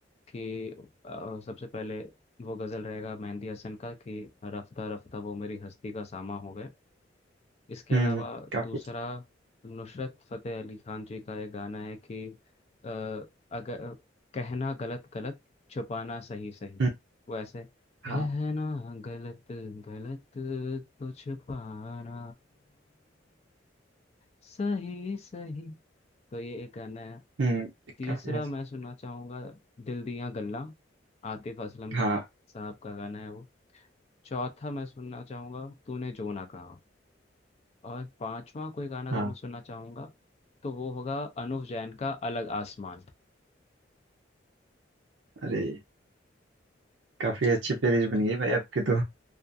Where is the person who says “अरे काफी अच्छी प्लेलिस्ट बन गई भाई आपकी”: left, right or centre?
Right